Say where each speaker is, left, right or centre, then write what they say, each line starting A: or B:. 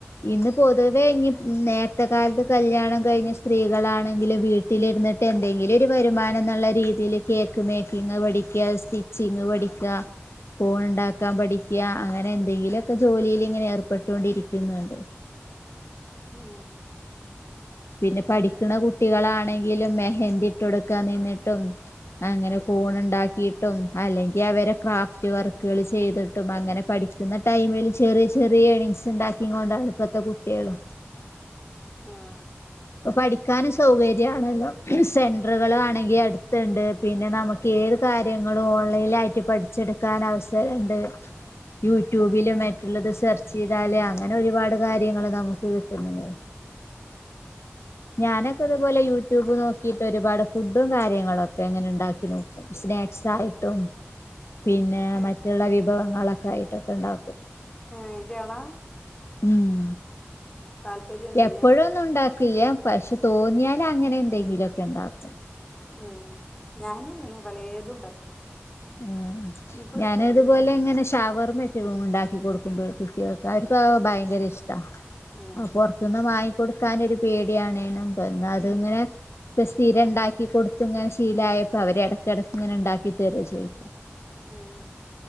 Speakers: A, on the left; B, on the left.
A: ഇന്ന് പൊതുവേ ഇഞി നേ ർത്തെ കാലത്ത് കല്യാണം കഴിഞ്ഞ് സ്ത്രീകളാണെങ്കിലും വീട്ടിലിരുന്നിട്ട് എന്തെങ്കിലും ഒരു വരുമാനംന്ന്ള്ള രീതില് കേക്ക് മേക്കിങ് പഠിക്ക സ്റ്റിച്ചിങ് പഠിക്ക കൂൺ ഇണ്ടാക്കാൻ പഠിക്ക അങ്ങനെ എന്തെങ്കിലൊക്കെ ജോലില് ഇങ്ങനെ ഏർപ്പെട്ടോണ്ടിരിക്കുന്നുണ്ട്
B: ഉം
A: പിന്നെ പഠിക്കണ കുട്ടികളാണെങ്കിലും മെഹന്തിട്ടുടു ക്കാൻ നിന്നിട്ടും അങ്ങനെ കൂൺ ഇണ്ടാക്കിട്ടും അല്ലെങ്കിൽ അവരെ ക്രാഫ്റ്റ് വർക്കുകള് ചെയ്തൊ കിട്ടും അങ്ങനെ പഠിക്കുന്ന ടൈമിൽ ചെറിയ ചെറിയ എണിങ്സ് ഉണ്ടാക്കി കൊണ്ട ഇപ്പത്തെ കുട്ടിളും
B: ആഹ്
A: ഇപ്പൊ പഠിക്കാനും സൗകര്യണല്ലോ സെന്ററുകൾ ആണെങ്കിൽ അടു ണ്ട് പിന്നെ നമുക്ക് ഏത് കാര്യങ്ങളും ഓൺലൈനായിട്ട് പഠിച്ചെടുക്കാൻ അവസരുണ്ട് യൂട്യൂബില് മറ്റുള്ളത് സെർച്ച് ചെയ്താല് അങ്ങനെ ഒരുപാട് കാര്യങ്ങള് നമുക്ക് കിട്ടുന്നുണ്ട് ഞാനൊക്കെ ഇതുപോലെ യൂട്യൂബ് നോക്കിയിട്ട് ഒരുപാട് ഫുഡും കാര്യങ്ങളൊക്കെ എങ്ങനെ ഉണ്ടാക്കി നോക്കും സ്നാക്സ് ആയിട്ടും പിന്നെ
B: ആഹ്
A: മറ്റുള്ള വിഭവങ്ങളൊക്കെ ആയിട്ടുംക്കെ ഉണ്ടാക്കും
B: അയിന്റെ ആള
A: ഉം
B: താല്പര്യണ്ട്ല്ലേ
A: എപ്പോഴും ഒന്നും ഉണ്ടാക്ക കില്ല്യാ പക്ഷെ തോന്നിയാല അങ്ങനെ എന്തെങ്കിലുംക്കെ ഉണ്ടാവ
B: ഉം ഞാനും അങ്ങനെ പലേതു ഉണ്ടാക്കും
A: ആഹ്
B: ഇൻക്കും
A: ഞാനതുപോലെ
B: ഇഷ്ടാ പിന്നെ ഞാ
A: ഇങ്ങനെ ഷവർമഒക്കെ ഉണ്ടാക്കി കൊടുക്കുമ്പോൾ കുട്ടികൾക്ക് അവർക്ക് ഭയങ്കര ങ്കരിഷ്ടാ
B: ഉം
A: അ പൊർത്ത്ന്ന് വങ്ങിക്കൊടുക്കാനൊരു പേട്യാണേനും. എന്നാലുങ്ങനെ
B: ഉം
A: ഇപ്പൊ സ്ഥിരണ്ടാക്കി കൊട്ത്ത്ങ്ങനെ ശീലായപ്പോ അവര് എടക്കെടക്ക്ങ്ങനെണ്ടാക്കി തെരോ ചോയ്
B: ഉം